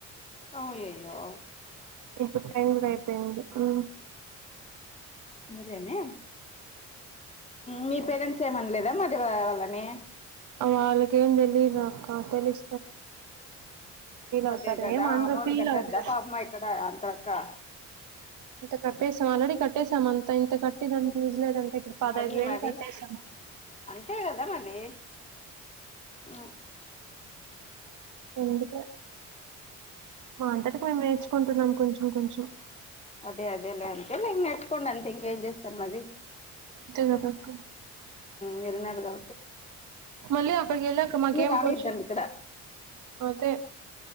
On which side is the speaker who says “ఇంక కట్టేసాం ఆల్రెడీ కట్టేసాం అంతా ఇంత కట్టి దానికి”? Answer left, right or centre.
Right